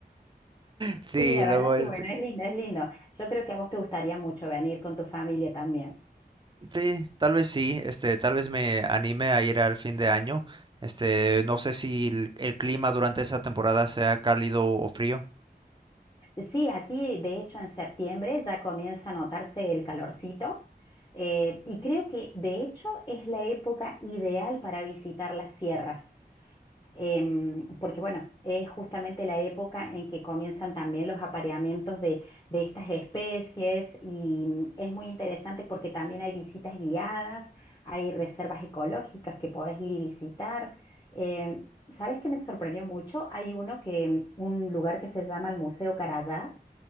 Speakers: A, on the right; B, on the left.
A: Sí,
B: Sí, la
A: luego,
B: verdad
A: este,
B: que bueno, es lindo, es lindo. Yo creo que a vos te gustaría mucho venir con tu familia también.
A: sí, tal vez sí, este, tal vez me anime a ir al fin de año. Este, no sé si el, el clima durante esa temporada sea cálido o frío.
B: Sí, aquí de hecho en septiembre ya comienza a notarse el calorcito eh, y creo que de hecho es la época ideal para visitar las sierras. em, porque bueno, es justamente la época en que comienzan también los apareamientos de, de estas especies y mm, es muy interesante porque también hay visitas guiadas, hay reservas ecológicas que podés ir y visitar. Em, ¿sabes qué me sorprendió mucho? Hay uno que, mm, un lugar que se llama el Museo Carayá,